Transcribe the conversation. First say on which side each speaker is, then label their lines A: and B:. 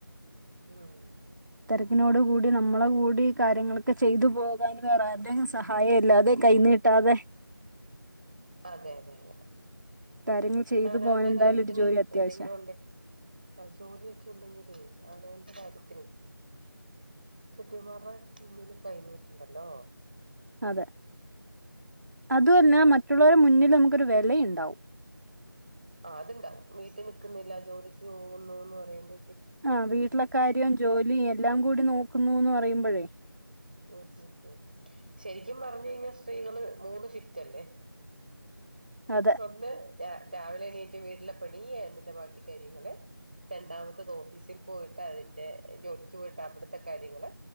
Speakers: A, on the right; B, on the right.
A: ഇം
B: തിരക്കിനോട് കൂടി നമ്മളെ കൂടി കാര്യങ്ങളൊക്കെ ചെയ്തു പോകാൻ വേറെ ആര്ടേം സഹായം ഇല്ലാതെ കൈ നീട്ടാതെ
A: അതെ അതെ അതെ
B: കാര്യങ്ങൾ ചെയ്തു
A: അവനവന്റെ
B: പോകാൻ എന്തായാലും
A: കാര്യത്തിന്
B: ഒരു ജോലി അത്യാവശ്യം
A: എന്തെങ്കിലും ഉണ്ടെ അ ജോലിയൊക്കെ ഇണ്ടെങ്കിലേ അവനവന്റെ കാര്യത്തിനെ കെട്ടിയോൻമാരടെ മുന്നിൽ കൈ നീട്ടണ്ടല്ലോ.
B: അതെ അതു അല്ല മ റ്റുള്ളവരുടെ മുന്നിൽ നമുക്ക് ഒരു വെല ഇണ്ടാവും
A: ആഹ് അത്ണ്ടാവും വീട്ടിൽ നിക്കുന്നില്ല ജോലിക്ക് പോകുന്നൂന്ന് പറയുമ്പ
B: ആ വീട്ടിലെക്കാര്യോം ജോലി എല്ലാം കൂടി നോക്കുന്നൂന്ന് പറയു പ്പഴെ
A: ഇഹ് ഇഹ് ഇഹ് ശെരിക്കും പറഞ്ഞ് കഴിഞ്ഞാ സ്ത്രീകള് മൂന്ന് ഷിഫ്റ്റ് അല്ലേ
B: അതെ
A: ഒന്ന് ര രാവിലെ എണീ ട്ട് വീട്ടിലെ പണി അതിന്റെ ബാക്കി കാര്യങ്ങള്. രണ്ടാമത്തത് ഓഫീസി പോയിട്ട് അതിന്റെ ജോലിക്ക് പോയിട്ട് അവിടുത്തെ കാര്യങ്ങള്.